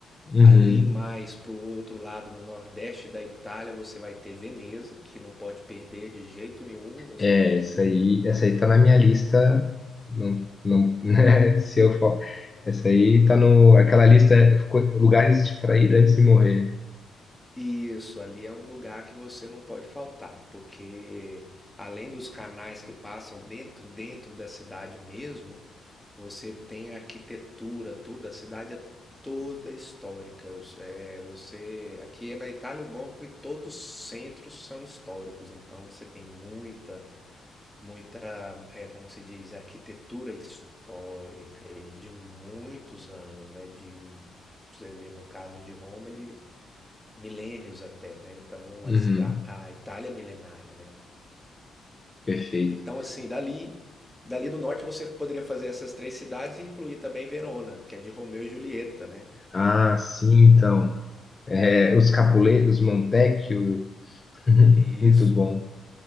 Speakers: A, on the left (about 25°); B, in the centre.
A: uhum.
B: Ali mais para o outro lado, no nordeste da Itália, você vai ter Veneza, que não pode perder de jeito nenhum, você
A: É,
B: tem que
A: essa
B: ir.
A: aí, essa aí tá na minha lista. Não, não, <laughs> né, se eu for, essa aí tá no, aquela lista, ficou- lugares para ir antes de morrer.
B: E Isso, ali é um lugar que você não pode faltar, porque além dos canais que passam dentro dentro da cidade mesmo, você tem a arquitetura, tudo, a cidade é toda histórica. os- É, você aqui é na Itália o bom é que todos os centros são históricos, então você tem muita muita, é, como que se diz, arquitetura histórica e de muitos anos, né? De, você vê no caso de Roma, de milênios até, né? Então,
A: Uhum,
B: a, Ista- a Itália é milenária, né?
A: perfeito.
B: Então, assim, dali, dali do norte você poderia fazer essas três cidades e incluir também Verona, que é de Romeu e Julieta, né?
A: Ah, sim, então. É, os Capulet, os Montecchio, <laughs>
B: E
A: muito
B: Isso.
A: bom.